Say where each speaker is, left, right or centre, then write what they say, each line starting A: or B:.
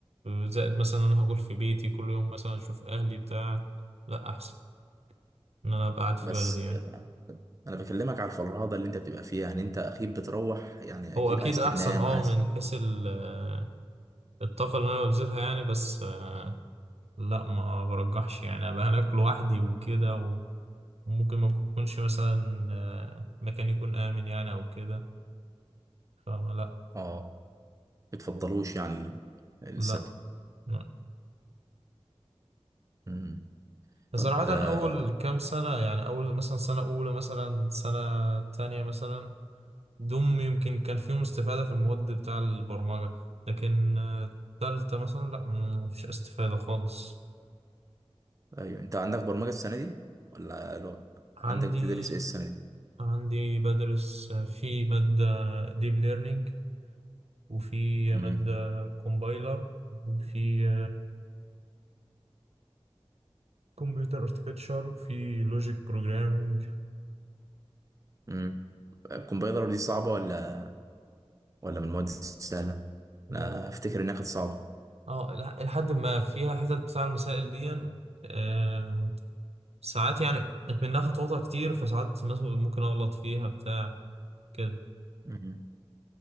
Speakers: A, on the right; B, on the right.
A: زائد مثلا انا هاكل في بيتي كل يوم مثلا اشوف اهلي بتاع لا احسن ان انا ابقى قاعد في
B: بس
A: بلدي يعني
B: انا بكلمك على الفرهده اللي انت بتبقى فيها يعني انت اكيد بتروح يعني
A: هو
B: اكيد
A: اكيد
B: عايز
A: احسن
B: تنام
A: اه
B: عايز
A: من حيث ال- الطاقة اللي انا ببذلها يعني بس آه، لا ما برجحش يعني ابقى هناك لوحدي وكده و- وممكن ما يكونش مثلا آه، مكان يكون امن يعني او كده فلا لا
B: اه بتفضلوش يعني ال- السكن
A: لا لا.
B: امم طب
A: صراحة
B: آه،
A: أول كام سنة يعني أول مثلا سنة أولى مثلا سنة تانية مثلا دوم يمكن كان فيهم استفادة في المواد بتاع البرمجة لكن آه، تالتة مثلا لا مفيش استفادة خالص
B: ايوه انت عندك برمجه السنه دي ولا لو
A: عندي
B: عندك بتدرس ايه السنه دي
A: عندي بدرس آه، في مادة ديب ليرنينج وفي
B: امم
A: مادة كومبايلر وفي كمبيوتر اركتشر وفي لوجيك بروجرامينج
B: امم الكمبيوتر دي صعبه ولا ولا من المواد السهله
A: و...
B: انا افتكر انها كانت صعبه
A: اه لح- لحد ما فيها حتت بتاع المسائل دي آه، ساعات يعني منها خطواتها كتير فساعات مثلا ممكن اغلط فيها بتاع كده
B: مم.